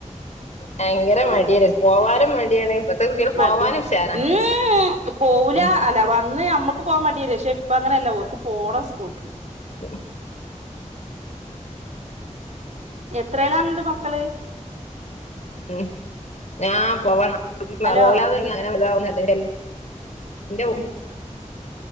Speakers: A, on the left; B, on the right.
A: ഭയങ്കര
B: അങ്ങനെ
A: മടിയല്ലെ. പോവാനും മടിയാണ് ഇപ്പത്തെ കുട്ടികൾ
B: മടിയാണ്
A: പോവാന് ഉഷാറാ
B: <unintelligible> പോവൂല
A: ഉം
B: അല്ല അന്ന് ഞമ്മുക്ക് പോകാൻ മടിയ പക്ഷെ ഇപ്പ അങ്ങനെയല്ല ഓർക്ക് പോണം സ്കൂൾക്ക്
A: <inaudible>
B: എത്രേലാ നിന്റെ മക്കള്
A: ഉം ഞാൻ പോവണം <unintelligible>
B: ഹലോ
A: <unintelligible>